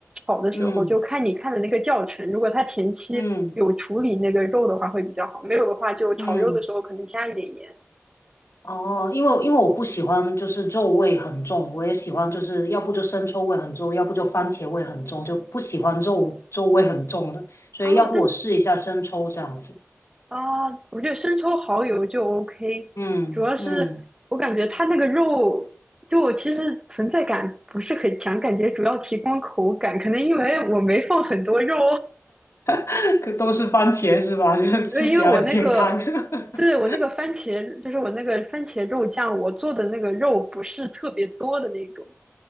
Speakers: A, on the right; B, on the left.
A: 炒的时候，
B: 嗯
A: 就看你看的那个教程，如果它前期有处理那个肉的话会比较好，
B: 嗯
A: 没有的话就炒肉的时候可能加一点盐。
B: 嗯，哦，因为因为我不喜欢就是肉味很重，我也喜欢就是要不就生抽味很重，要不就番茄味很重，就不喜欢肉肉味很重的，所以要不我试一下生抽这样子。
A: 啊，但啊，我觉得生抽、蚝油就 OK，
B: 嗯嗯，
A: 主要是我感觉它那个肉就我其实存在感不是很强，感觉主要提供口感，可能因为我没放很多肉，
B: <laughs> 可都是番茄是吧？<laughs> 就是吃起来很健康。
A: <laughs> 对，因为我那个，
B: <laughs>
A: 对，我那个番茄，就是我那个番茄肉酱，我做的那个肉不是特别多的那种，